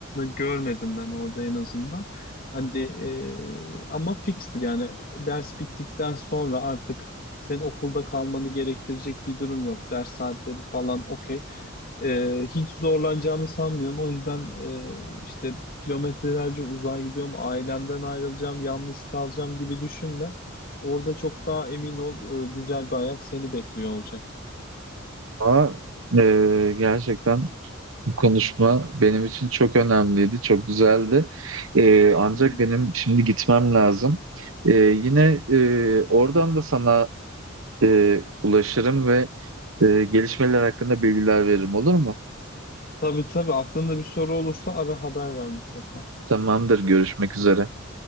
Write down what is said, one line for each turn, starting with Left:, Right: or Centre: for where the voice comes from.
Left: görmedim ben orada en azından. Hani e, ama fikstir yani ders bittikten sonra artık senin okulda kalmanı gerektirecek bir durum yok. Ders saatleri falan okey. Ee, hiç zorlanacağını sanmıyorum. O yüzden e, işte kilometrelerce uzağa gidiyorum, ailemden ayrılacağım, yalnız kalacağım gibi düşünme. Orada çok daha emin ol, e, güzel bir hayat seni bekliyor olacak.
Right: Ama e, gerçekten konuşma benim için çok önemliydi, çok güzeldi. Ee, ancak
Left: Hı hı.
Right: benim şimdi gitmem lazım. Ee, yine e, oradan da sana e, ulaşırım ve e, gelişmeler hakkında bilgiler veririm, olur mu?
Left: Tabii tabii aklında bir soru olursa ara haber ver mutlaka.
Right: Tamamdır, görüşmek üzere.